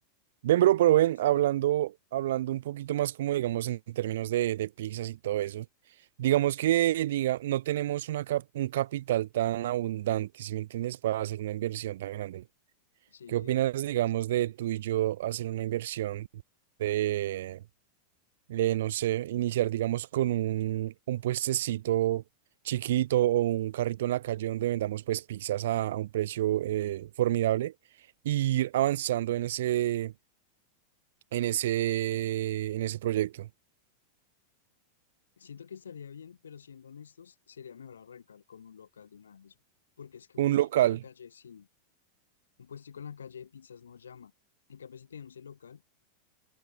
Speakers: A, on the right; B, on the left.
A: Ven,
B: y queda
A: bro,
B: como
A: pero
B: una
A: ven,
B: tostadita.
A: hablando, hablando un poquito más como digamos en términos de, de pizzas y todo eso. Digamos que diga, no tenemos una cap- un capital tan abundante, si me entiendes, para hacer una inversión tan grande.
B: Sí.
A: ¿Qué opinas, digamos, de tú y yo hacer una inversión de, de, no sé, iniciar, digamos, con un, un puestecito chiquito o un carrito en la calle donde vendamos pues pizzas a, a un precio eh, formidable? e ir avanzando en ese en ese, en ese proyecto.
B: Siento que estaría bien, pero siendo honestos, sería mejor arrancar con un local de una vez, porque es que un puestico
A: Un local,
B: en la calle, sí, un puestico en la calle de pizzas no llama. En cambio, si tenemos el local,